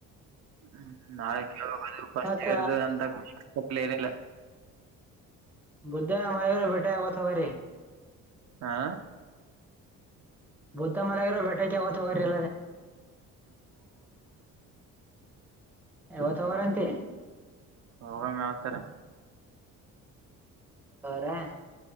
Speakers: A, on the right; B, in the centre.
A: ಹ್ಮ ನಾಳೆ ಕೆೇಳವಾಗದು ಫಸ್ಟ್
B: ಮತ್ತ
A: ಇರ್ದು ಅಂದಾಗಲಿ ಏನಿಲ್ಲ
B: ಬುದ್ಧ ಮಲಗಿರೋ ಬೆಟ್ಟ ಯಾವತ್ತು ಹೊಗರಿ
A: ಆ
B: ಬುದ್ಧ ಮಲಾಗಿರೋ ಬೆಟ್ಟಕೇ ಯಾವತ್ತು ಹೊಗರಿ ಇವತ್ತು ಹೋಗಾರಂತಿ
A: ಹೋಗಮ್ ಯಾವತರ
B: <unintelligible>